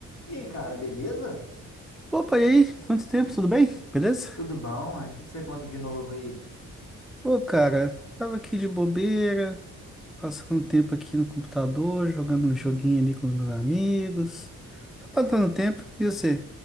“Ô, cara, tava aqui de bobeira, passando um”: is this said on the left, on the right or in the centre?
Centre